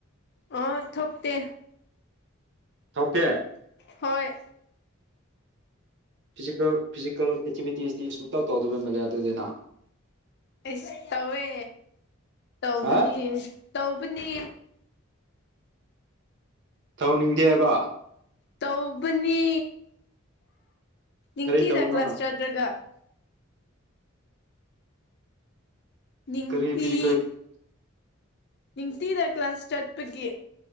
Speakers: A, on the left; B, on the right.
A: ꯑ ꯊꯣꯛꯣꯛꯇꯦ
B: ꯊꯣꯛꯇꯦ
A: ꯍꯣꯏ
B: ꯐꯤꯖꯤꯀꯦꯜ ꯐꯤꯖꯤꯀꯦꯜ ꯑꯦꯛꯇꯤꯚꯤꯇꯤꯁꯇꯤ ꯁꯁꯨ ꯇꯥꯎ ꯇꯥꯎꯗꯕ ꯃꯜꯂꯦ ꯑꯗꯨ ꯑꯣꯏꯏꯗꯅ
A: ꯑꯦꯁ ꯇꯧꯋꯦ ꯇꯧꯧꯕꯅꯤ
B: ꯍꯥ
A: ꯇꯧꯕꯨꯅꯤ
B: ꯇꯧꯅꯤꯡꯗꯦ ꯍꯥꯏꯕ
A: ꯇꯧꯕꯅꯤ ꯅꯤꯡꯇꯤꯗ
B: ꯀꯔꯤ ꯇꯧꯕꯅꯣ
A: ꯀ꯭ꯂꯥꯁ
B: ꯅꯪ
A: ꯆꯥꯗ꯭ꯔꯒ ꯅꯤꯡꯇꯤ
B: ꯀꯔꯤ ꯐꯤꯖꯤꯀ
A: ꯅꯤꯡꯇꯤꯅ ꯀ꯭ꯂꯥꯁ ꯆꯠꯄꯒꯤ